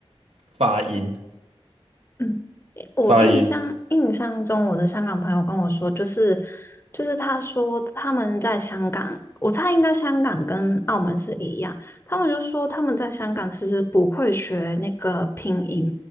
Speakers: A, on the right (about 75°); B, on the left (about 25°).
A: 发音，
B: 嗯嗯。我印象印象中，
A: 发音，
B: 我的香港朋友跟我说，就是就是他说他们在香港，我猜应该香港跟澳门是一样，他们就说他们在香港其实不会学那个拼音，